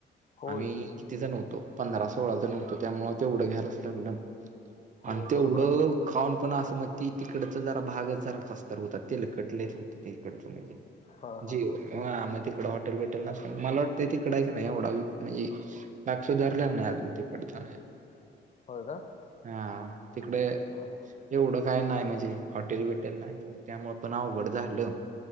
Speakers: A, on the left; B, on the right.
A: होय
B: आम्ही किती जण होतो, पंधरा सोळा जण होतो. त्यामुळं तेवढं घ्यायलाच लागलं,
A: हो
B: आणि तेवढं
A: बरोबर आहे की
B: खाऊन पण असं म ते तिकडचं जरा भागच जरा कसातर होता. तेलकट होत ते. <unintelligible> पाहिजे
A: हा हा
B: जेवण हा मं तिकडं हॉटेल बिटेल नसल. मला वाटतंय तिकडं आहे का नाही एवढा म्हणजे भाग सुधारलल्याला नाही अजून तिकडचा
A: होय का?
B: हा तिकडे
A: हा हा
B: एवढं काय नाही, म्हणजे हॉटेल बिटेल नाहीत मंग त्यामुळ पण अवघड झालं,